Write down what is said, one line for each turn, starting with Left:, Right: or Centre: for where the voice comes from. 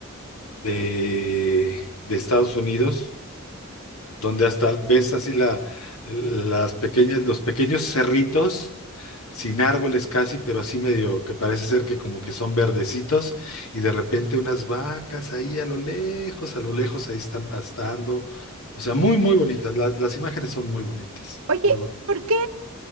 Left: de, de Estados Unidos, donde hasta ves así la, las pequeñas, los pequeños cerritos, sin árboles casi, pero así medio que parece ser que como que son verdecitos, y de repente unas vacas ahí a lo lejos, a lo lejos ahí están pastando. O sea, muy, muy bonitas. Las, las imágenes son muy bonitas,
Right: Oye,
Left: muy bonitas.
Right: ¿por qué,